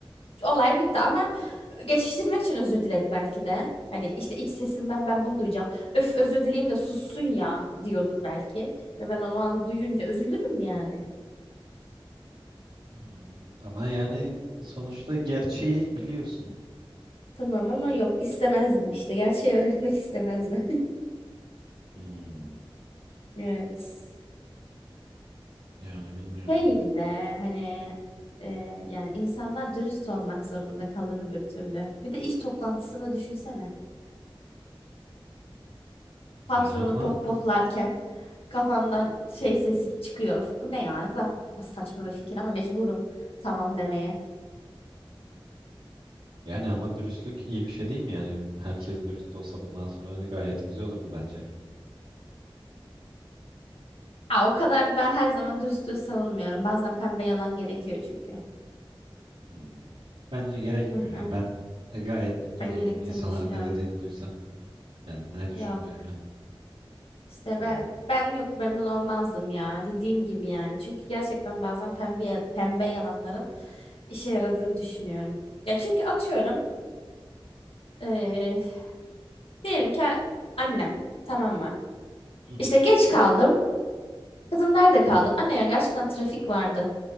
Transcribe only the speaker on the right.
Hmm. Ama yani sonuçta gerçeği biliyorsun.
Hmm.
Yani bilmiyorum.
Yani
ama
yani ama dürüstlük iyi bir şey değil mi? Yani herkes dürüst olsa bundan sonra gayet güzel olurdu bence.
Hmm. Bence gerekmiyor.
Yani
ben e, gayet mutlu
olurdum
insanların
ne dediğini duysam. Yani ne düşündüğümü.
Hmm.
Hı hı.